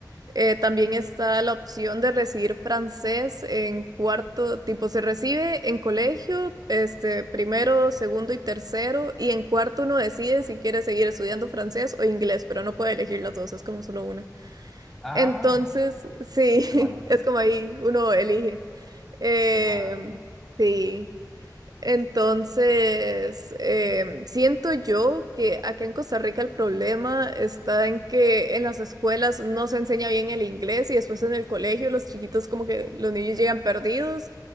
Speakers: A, on the right; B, in the centre.
A: eh, también está la opción de recibir francés en cuarto, tipo se recibe en colegio, este, primero, segundo y tercero, y en cuarto uno decide si quiere seguir estudiando francés o inglés, pero no puede elegir las dos, es como solo una.
B: Ah,
A: Entonces, sí,
B: Qué mal,
A: <laughs> es como ahí uno elige. Em,
B: qué mal.
A: sí, entonces, em, siento yo que acá en Costa Rica el problema está en que en las escuelas no se enseña bien el inglés y después en el colegio los chiquitos como que los niños llegan perdidos